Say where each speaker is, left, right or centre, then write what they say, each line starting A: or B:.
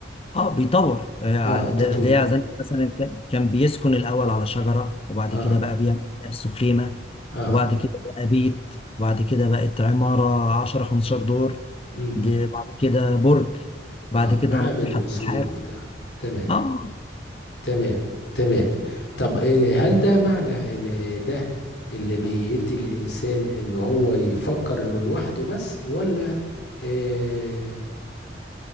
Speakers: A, on the left; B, on the left.
A: اه بيطور آه،
B: اه التطوير
A: ده ده يعني مثلا كان كان بيسكن الاول على شجره وبعد
B: اه
A: كده بقى بيعمل نفسه خيمه
B: اه
A: وبعد كده بقى بيت وبعد كده بقت عماره 10 15 دور
B: امم
A: دي بعد كده برج بعد
B: اه
A: كده
B: معاه
A: ناطحه
B: بدو سور
A: سحاب
B: وبتاع تمام
A: اه
B: تمام تمام طب إيه- هل ده معنى ان إيه ده اللي بيدي للانسان ان هو يفكر انه لوحده بس ولا إيه